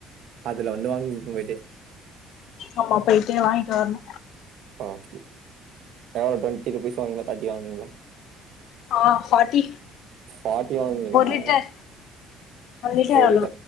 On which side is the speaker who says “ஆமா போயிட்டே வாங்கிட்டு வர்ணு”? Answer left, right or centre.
Left